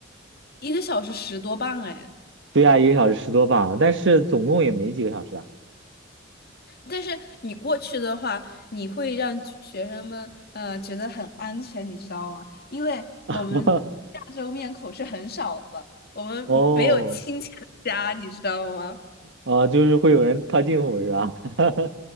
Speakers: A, on the left; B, on the right.
A: 一个小时十多磅哎！
B: <laughs> 对呀，一个小时十多磅，但是总共也没几个小时啊。
A: 但是你过去的话，你会让学学生们呃觉得很安全，你知道吗？因为我们
B: <laughs>
A: 亚洲面孔是很少的，我们没有亲戚的家，
B: 哦，
A: 你知道吗？
B: 呃，就是会有人套近乎是吧？<laughs>